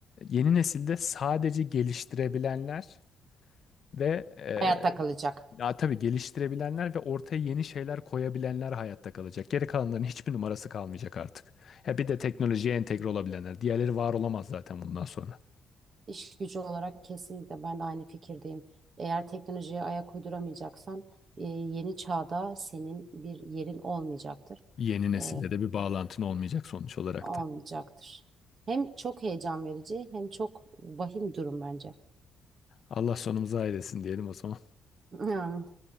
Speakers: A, on the left; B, on the right.
A: Yeni nesilde sadece geliştirebilenler ve e,
B: Hayatta kalacak.
A: ya tabii geliştirebilenler ve ortaya yeni şeyler koyabilenler hayatta kalacak. Geri kalanların hiçbir numarası kalmayacak artık. Ya bir de teknolojiye entegre olabilenler. Diğerleri var olamaz zaten bundan sonra.
B: İş gücü olarak kesinlikle ben de aynı fikirdeyim. Eğer teknolojiye ayak uyduramayacaksan e, yeni çağda senin bir yerin olmayacaktır.
A: Yeni nesille
B: E,
A: de bir bağlantın olmayacak sonuç olarak
B: Olmayacaktır.
A: da.
B: Hem çok heyecan verici hem çok vahim durum bence.
A: Allah sonumuzu hayretsin diyelim o zaman.
B: <laughs>